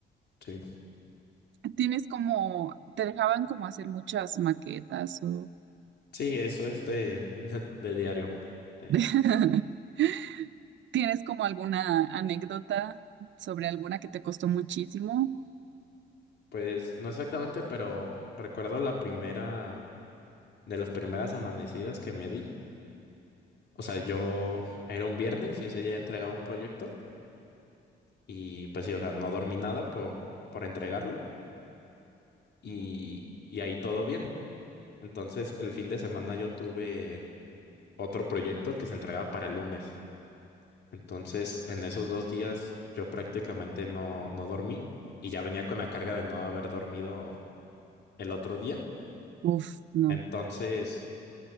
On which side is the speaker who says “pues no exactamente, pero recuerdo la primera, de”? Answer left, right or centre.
Left